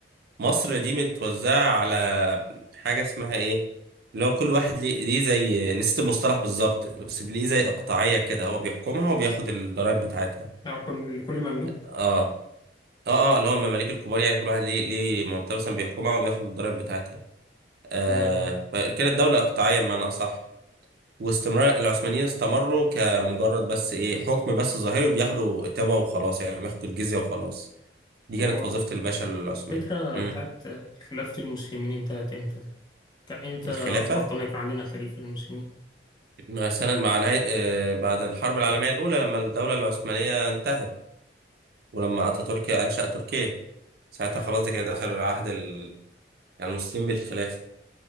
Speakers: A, on the right (about 55°); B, on the left (about 25°).
A: مصر دي متوزعة على حاجة اسمها ايه اللي هو كل واحد ليه ليه زي نسيت المصطلح بالظبط بس ليه زي اقطاعية كده هو بيحكمها وبياخد الضرايب بتاعتها
B: أو كل كل مملوك
A: اه اه اه اللي هو المماليك الكبار يعني كل واحد ليه ليه منطقه مثلا بيحكمها وبياخد الضرايب بتاعتها آه
B: هو
A: فكده الدوله اقطاعيه بمعنى اصح واستمرار العثمانيين استمروا كمجرد بس ايه حكم بس ظاهري وبياخدوا تبع وخلاص يعني بياخدوا الجزيه وخلاص دي كانت
B: هو
A: وظيفه الباشا العثماني
B: الفكرة
A: امم
B: بتاعت خلافة المسلمين انتهت إمتى؟ كإمتى
A: الخلافه
B: بطلنا يكون عندنا خليفة للمسلمين؟
A: مع سنة مع نهاية آه بعد الحرب العالميه الاولى لما الدوله العثمانيه انتهت ولما اتاتورك انشأ تركيا ساعتها
B: مم.
A: خلاص دي كانت اخر عهد ال- يعني المسلمين بالخلافه